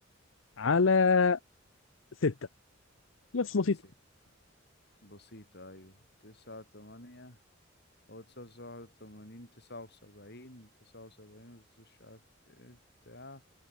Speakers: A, on the left; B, on the left.
A: على 6 بس
B: على
A: بسيطة
B: ست بسيطة أيوة تسعة تمانية هو تسعة واحد وتمانين تسعة وسبعين تسعة وسبعين مش عارف ايه بتاع